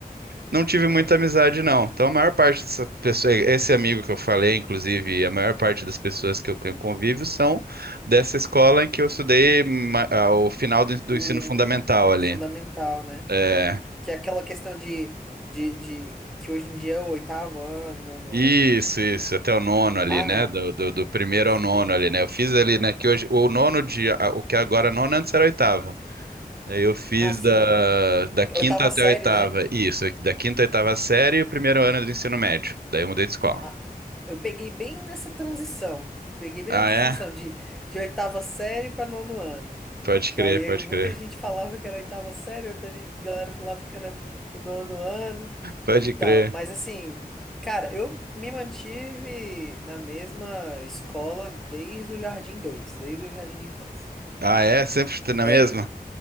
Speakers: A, on the right; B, in the centre.
A: não tive
B: Uhum.
A: muita amizade, não. Então, a maior parte dessa pessoa, esse amigo que eu falei, inclusive, a maior parte das pessoas que eu tenho convívio são dessa escola em que eu estudei ma- ao final do, do
B: O
A: ensino fundamental ali.
B: fundamental, né?
A: É,
B: Que é aquela questão de, de, de que hoje em dia é o oitavo ano, nono
A: isso,
B: ano, né?
A: isso, até o nono ali,
B: Ah,
A: né?
B: não.
A: Do, do, do primeiro
B: Sim.
A: ao nono ali, né? Eu fiz ali, né? Que hoje, o nono de, a- o que agora é nono, antes era oitavo. Aí eu fiz
B: Ah, sim.
A: da, da quinta
B: oitava
A: até
B: série,
A: a oitava,
B: né?
A: isso, da quinta à oitava série e o primeiro ano do ensino médio. Daí eu mudei de escola.
B: A- Eu peguei bem nessa transição. Peguei bem
A: Ah,
B: nessa
A: é?
B: transição de, de oitava série para nono ano.
A: Pode
B: Que
A: crer,
B: aí
A: pode
B: muita
A: crer.
B: gente falava que era oitava série, outra gente- galera falava que era o nono ano
A: Pode
B: e tal.
A: crer.
B: Mas assim, cara, eu me mantive na mesma escola desde o Jardim 2, desde o Jardim de Infância.
A: Ah, é? Sempre na
B: É,
A: mesma?